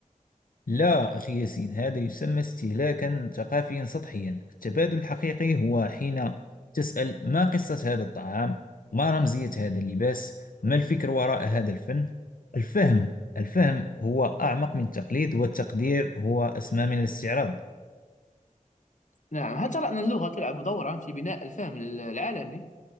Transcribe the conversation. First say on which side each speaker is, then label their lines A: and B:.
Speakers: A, on the left (about 85°); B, on the left (about 60°).
A: لا أخي ياسين هذا يسمى استهلاكا ثقافيا سطحيا التبادل الحقيقي هو حين تسأل ما قصة هذا الطعام ما رمزية هذا اللباس ما الفكر وراء هذا الفن الفهم الفهم هو أعمق من التقليد والتقدير هو أسمى من الاستعراض
B: نعم هل ترى أن اللغة تلعب دورا في بناء الفهم العالمي؟